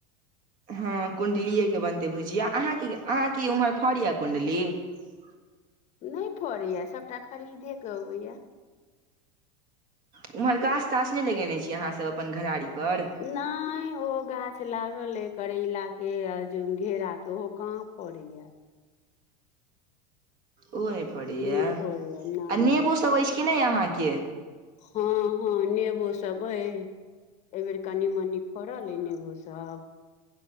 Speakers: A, on the right (about 40°); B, on the left (about 35°).
A: हँ कुण्डलिएके बनतै भुजआ अहाँ क अहाँ की ओम्हर फड़ यए कुण्डली <inaudible> <unintelligible>
B: नहि फड़ैया सभटा खरीदेके अबैया
A: उम्हर गाछ ताास नहि लगेने छीयै अहाँ सब अपन घरारी पर
B: नय ओ गाछ लागल आई करैला के आ जे घेरा के ओहो कहाँ फड़ैया
A: ओ नहि फड़ैया
B: नहि
A: आ
B: फड़ैया नहि
A: नेबो सब अछि कि नहि अहाँके
B: हँ हँ नेबो सब अई एहिबेर कनि मनि फड़ल अई नेबो सभ